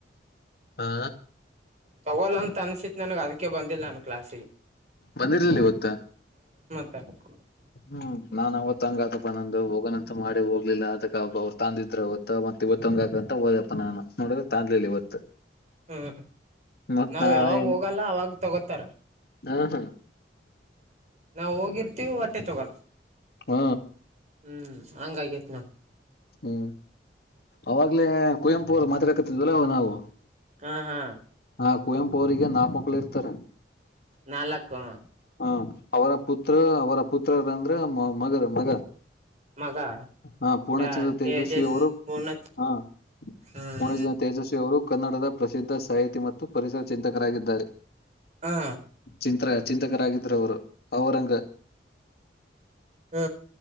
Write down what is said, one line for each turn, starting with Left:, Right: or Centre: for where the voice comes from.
Left: ಹಾ
Right: ತಗೋಲ್ಲ ಅಂತ ಅನ್ಸಿತ್ ನನಗ ಅದಿಕ್ಕೆ ಬಂದಿಲ್ಲ ನನ್ ಕ್ಲಾಸಿಗಿ.
Left: ಬಂದಿರ್ಲಿಲ್ಲ ಇವತ್ತ.
Right: ಹ
Left: ಹ್ಮ್ ನಾನ್ ಅವತ್ ಹಂಗತಪ್ಪ ನಂದು ಹೋಗಣಂತ ಮಾಡ್ ಅದೆ ಹೋಗ್ಲಿಲ್ಲ ಅದಕ್ಕ ಅವ್ರು ತಂದಿದ್ರ ಅವತ್ ಮತ್ ಇವತ್ತೊಂದು ಆಗಂತ ಹೊದ್ಯಪ್ಪ ನಾನ ನೋಡಿದ್ರ ತಂದ್ಲಿಲ್ಲ ಇವತ್ತ.
Right: ಹ್ಮ್
Left: ಮತ್
Right: ನಾವ
Left: ನಾಳೆ
Right: ಯಾವಾಗ ಹೋಗಲ್ಲ ಅವಾಗ ತಗೋತಾರ.
Left: ಹಾ ಹಾ
Right: ನಾವು ಹೋಗಿರ್ತೀವಿ ಓಟ್ಟೆ ತೊಗೊಲ್ಲ.
Left: ಹ್ಮ
Right: ಹ್ಮ್ ಹಂಗ ಆಗ್ಯತ್ ನೋಡ್.
Left: ಹ್ಮ್ ಅವಾಗ್ಲೆ ಕುವೆಂಪುರು ಮಾತಾಡ್ಕತಿದ್ವಲ್ಲ ನಾವು.
Right: ಹಾ ಹಾ
Left: ಆ ಕುವೆಂಪು ಅವರಿಗೆ ನಾಕ್ ಮಕ್ಳು ಇರ್ತಾರ.
Right: ನಾಲ್ಕ ಹ್ಮ್
Left: ಹ ಅವರ ಪುತ್ರ ಅವರ ಪುತ್ರರರ ಅಂದ್ರ ಮ ಮಗರ ಮಗ.
Right: ಮಗ
Left: ಹಾ ಪೂರ್ಣಚಂದ್ರ
Right: ಡ
Left: ತೇಜಸ್ವಿ
Right: ತೇಜಸ್
Left: ಅವರು
Right: ಪೂರ್ಣ
Left: ಹಾ.
Right: ಹ್ಮ್
Left: ಪೂರ್ಣಚಂದ್ರ ತೇಜಸ್ವಿ ಅವರು. ಕನ್ನಡದ ಪ್ರಸಿದ್ಧ ಸಾಹಿತಿ ಮತ್ತು ಪರಿಸರ ಚಿಂತಕರಾಗಿದ್ದಾರೆ.
Right: ಹಾ
Left: ಚಿಂತ್ರ ಚಿಂತಕರಾಗಿದರು ಅವರು ಅವರಂಗ.
Right: ಹ್ಮ